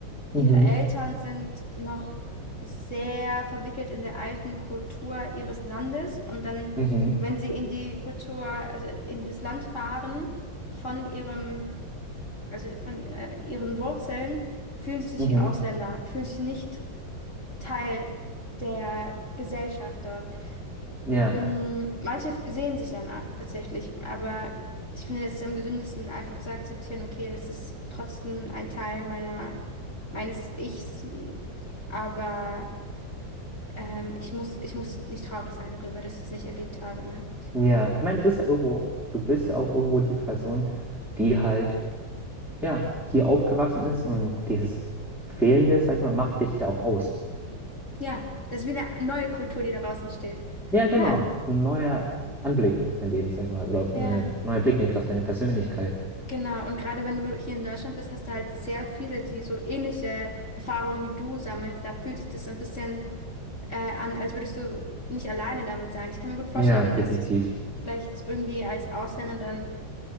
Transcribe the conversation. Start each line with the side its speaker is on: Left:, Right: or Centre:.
Centre: Mhm.
Left: Ihre Eltern sind noch sehr verwickelt in der alten Kultur ihres Landes und dann,
Centre: Mhm.
Left: wenn sie in die Kultur, also in das Land fahren, von ihrem, also von äh, ihren Wurzeln, fühlen sie sich
Centre: Mhm.
Left: wie Ausländer, fühlen sich nicht Teil der Gesellschaft dort.
Centre: Ja.
Left: Mm, Manche sehen sich danach tatsächlich, aber ich finde es ist am gesündesten, einfach zu akzeptieren, okay, das ist trotzdem ein Teil meiner, meines Ichs, aber ähm, ich muss, ich muss nicht traurig sein darüber, dass ich es nicht erlebt habe, ne?
Centre: Ja. Ich meine, das ist ja irgendwo, du bist ja auch irgendwo die Person, die halt, ja, hier aufgewachsen ist und dieses Fehlende, sag ich mal, macht dich ja auch aus.
Left: Ja, das ist wie eine neue Kultur, die daraus entsteht.
Centre: Ja, genau.
Left: Ja,
Centre: Ein neuer Anblick auf dein Leben, sag ich mal, oder auf
Left: ja.
Centre: eine neue Blickwinkel auf deine Persönlichkeit.
Left: Genau, und gerade wenn du hier in Deutschland bist, hast du halt sehr viele, die so ähnliche Erfahrungen wie du sammelst. Da fühlt sich das so ein bisschen äh, an, als würdest du nicht alleine damit sein. Ich kann mir gut vorstellen,
Centre: Ja,
Left: wenn
Centre: definitiv.
Left: das, das vielleicht irgendwie als Ausländer dann